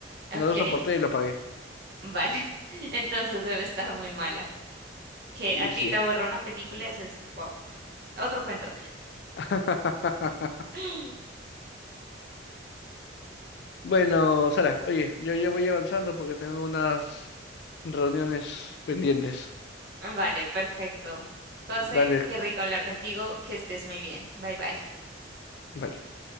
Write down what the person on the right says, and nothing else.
ok,
vale. <laughs> Entonces debe estar muy mala. Que
a ti
te aburra una película, eso es wow. Otro cuento.
<laughs>
Vale, perfecto. José,
qué rico hablar contigo, que estés muy bien. Bye bye.